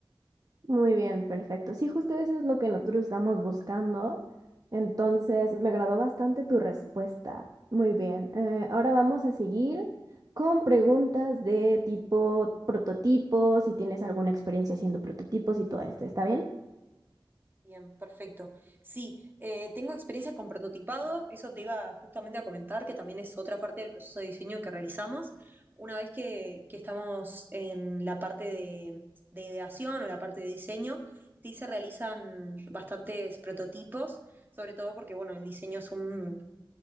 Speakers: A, on the right; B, on the right.
A: Muy bien, perfecto. Sí, justo eso es lo que nosotros estamos buscando. Entonces, me agradó bastante tu respuesta. Muy bien. Eh, ahora vamos a seguir con preguntas de tipo prototipos, si tienes alguna experiencia haciendo prototipos y todo esto. ¿Está bien?
B: Bien, perfecto. Sí, eh, tengo experiencia con prototipado, eso te iba justamente a comentar, que también es otra parte del proceso de diseño que realizamos. Una vez que, que estamos en la parte de, de ideación o la parte de diseño, sí se realizan bastantes prototipos, sobre todo porque, bueno, el diseño es un